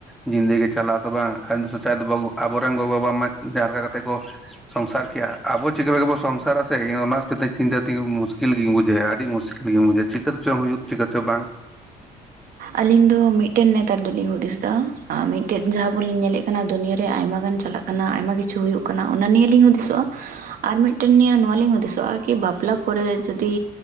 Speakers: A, in the centre; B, on the right (about 55°).
A: ᱡᱤᱱᱫᱟᱹᱜᱤ ᱜᱮ ᱪᱟᱞᱟᱜ-ᱟ ᱥᱮ ᱵᱟᱝ ᱟ <unintelligible> ᱟᱵᱚ ᱨᱮᱱ ᱜᱚᱼᱵᱟᱵᱟ ᱢᱟ ᱡᱟᱦᱟᱸ ᱞᱮᱠᱟ ᱠᱟᱛᱮᱜ ᱠᱚ ᱥᱚᱝᱥᱟᱨ ᱠᱮᱜ-ᱟ ᱟᱵᱚ ᱪᱤᱠᱟᱹ ᱞᱮᱠᱟ ᱵᱚ ᱥᱚᱝᱥᱟᱨᱟ ᱥᱮ ᱮᱭ ᱚᱱᱟ <unintelligible> ᱪᱤᱱᱛᱟᱹ ᱛᱤᱜᱤ ᱢᱩᱥᱠᱤᱞ ᱜᱤᱧ ᱵᱩᱡᱷᱟᱹ ᱮᱭᱟ ᱟᱹᱰᱤ ᱢᱩᱥ ᱠᱤᱞ‌ ᱜᱤᱢᱧ ᱵᱩᱡᱷᱟᱹᱣ ᱪᱤᱠᱟᱹ ᱛᱮ ᱪᱚᱝ ᱦᱩᱭᱩᱜ ᱪᱤᱠᱟᱹ ᱛᱮ‌ ᱪᱚ ᱵᱟᱝ᱾
B: ᱟᱹᱞᱤᱧ ᱫᱚ ᱢᱤᱫᱴᱮᱱ ᱱᱮᱛᱟᱨ ᱫᱚᱞᱤᱧ ᱦᱩᱫᱤᱥ ᱫᱟ ᱟ ᱢᱤᱫᱴᱮᱱ ᱡᱟᱦᱟᱸ ᱵᱚᱱ ᱧᱮᱞᱮᱜ ᱠᱟᱱᱟ ᱫᱩᱱᱭᱟᱹ ᱨᱮ ᱟᱭᱢᱟ ᱜᱟᱱ ᱪᱟᱞᱟᱜ ᱠᱟᱱᱟ ᱟᱭᱢᱟ ᱠᱤᱪᱷᱩ ᱦᱩᱭᱩᱜ ᱠᱟᱱᱟ ᱚᱱᱟ ᱱᱤᱭᱟᱹ ᱞᱤᱧ ᱦᱩᱫᱤᱥᱚᱜ-ᱟ᱾ ᱟᱨ ᱢᱮᱫᱴᱮᱱ ᱱᱤᱭᱟᱹ ᱱᱚᱣᱟ ᱞᱤᱧ ᱦᱩᱫᱤᱥᱚᱜ-ᱟ ᱠᱤ ᱵᱟᱯᱞᱟ ᱯᱚᱨᱮ ᱡᱩᱫᱤ